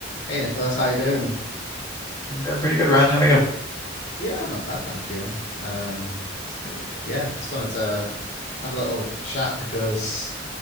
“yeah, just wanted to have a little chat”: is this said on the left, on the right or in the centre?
Left